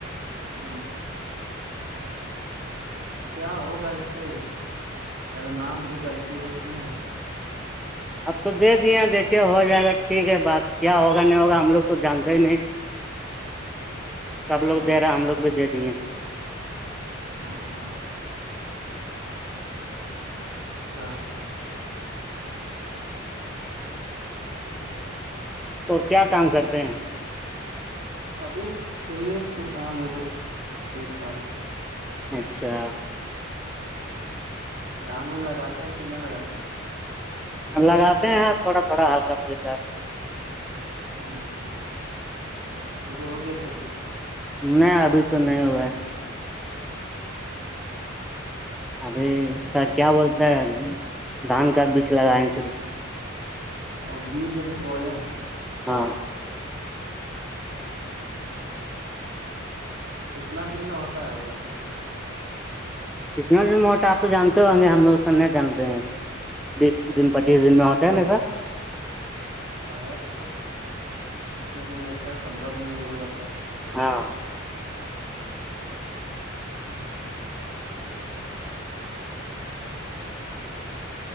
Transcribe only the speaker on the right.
ہ کیا ہوگا اس سے میرا نام بھی غلطی ہے اس میں
ہ
ہ اچھا
ابھی کھیت کا کام ہےب کھیت باڑی کا
دھان اون لگاتے ہیں کہ نہیں لگاتے ہیں
ہوں شروع ہو گیا کھیتی
اور بیج ابھی بوئے ہیں
ہ ہاں کتنا دن میں ہوتا ہے وہ لب بھی
ہ
شاید تو اتنے دن لگتا ہے پندرہ دن میں بھی ہو جاتا ہے
ہاں